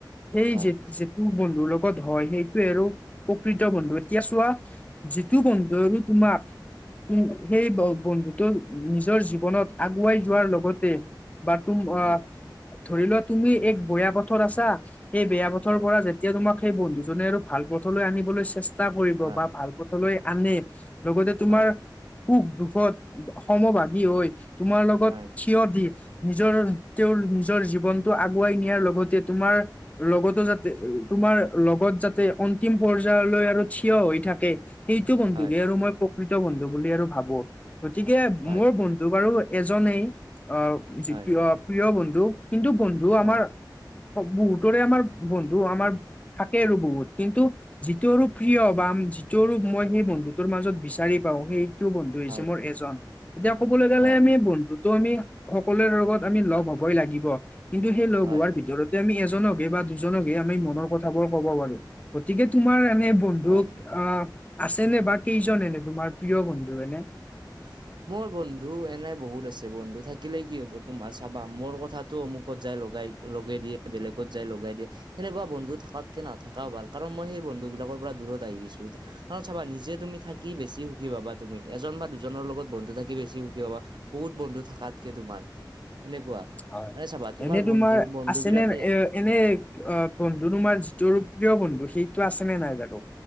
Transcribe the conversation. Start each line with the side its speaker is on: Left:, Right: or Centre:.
Left: সেই
Right: হয়
Left: যে যে কোন বন্ধুৰ লগত হয় সেইটোৱে আৰু প্ৰকৃত বন্ধু, এতিয়া চোৱা যিটো বন্ধু আৰু তোমাক উ, সেই বন্ধুটো নিজৰ জীৱনত আগুৱাই যোৱাৰ লগতে বা, তুম অ,
Right: হয়
Left: ধৰি লোৱা তুমি এক বেয়া পথত আছা সেই বেয়া পথৰ
Right: হয়
Left: পৰা যে যেতিয়া তোমাক সেই বন্ধু জনে আৰু ভাল পথলৈ আনিবলৈ চেষ্টা কৰিব
Right: হয়
Left: বা ভাল পথলৈ আনে লগতে তোমাৰ
Right: হয়
Left: সুখ দুখত সমভাগী হৈ তোমাৰ লগত
Right: হয়
Left: থিয় দি নিজৰ তেওঁৰ নিজৰ জীৱনটো আগুৱাই নিয়াৰ লগতে তোমাৰ লগতো যাতে তোমাৰ লগত যাতে অন্তিম পৰ্যায়লৈ আৰু থিয় হৈ থাকে সেইটো বন্ধুহে
Right: হয়,
Left: আৰু মই প্ৰকৃত বন্ধু বুলি আৰু ভাবো, গতিকে
Right: হয়,
Left: মোৰ বন্ধু বাৰু এজনেই আহ, যি,
Right: হয়,
Left: প্ৰিয় প্ৰিয় বন্ধু কিন্তু বন্ধু আমাৰ
Right: হয়,
Left: বহুতৰে আমাৰ বন্ধু আমাৰ থাকে আৰু বহুত, কিন্তু যিটো আৰু প্ৰিয় বা ৰূপ মই সেই বন্ধুটোৰ মাজত বিচাৰি পাওঁ সেইটো বন্ধু হৈছে
Right: হয়,
Left: মোৰ এজন। এতিয়া কবলৈ গ'লে
Right: হয়,
Left: আমি বন্ধুটো আমি সকলোৰে লগত আমি লগ হবই লাগিব। কিন্তু সেই লগ
Right: হয়,
Left: হোৱাৰ
Right: হয়,
Left: ভিতৰত আমি এজনকহে বা দুজনকহে আমি মনৰ কথাবোৰ ক'ব পাৰো, গতিকে তোমাৰ এনেই বন বন্ধু
Right: হয়, হয়।
Left: অ, আছেনে বা কেইজন এনে তোমাৰ প্ৰিয় বন্ধু এনে?
Right: <inaudible> মোৰ বন্ধু এনেই বহুত আছে বন্ধু থাকিলে কি হ'ব তোমাৰ চাবা মোৰ কথাটো অমুকত যায় লগাই লগাই দিয়ে বেলেগত যায় লগাই দিয়ে সেনেকুৱা বন্ধু থাকাতকে নাথাকা ভাল কাৰণ মই সেই বন্ধু বিলাকৰ পৰা দূৰত আহি গিছো এতিয়া কাৰণ চাবা নিজে তুমি থাকি বেছি সুখী পাবা তুমি এজন বা দুজ জনৰ লগত বন্ধু থাকি বেছি সুখী পাবা বহুত বন্ধু থাকাতকে তোমাৰ। সেনেকুৱা।
Left: হয়,
Right: মানে চাবা
Left: এনে তোমাৰ
Right: বন্ধু বন্ধু
Left: আছে
Right: বিলাকে
Left: নে, এ, এনেই অ, বন্ধু তোমাৰ যিটো প্ৰিয় বন্ধু সেইটো আছে নে নাই বাৰু?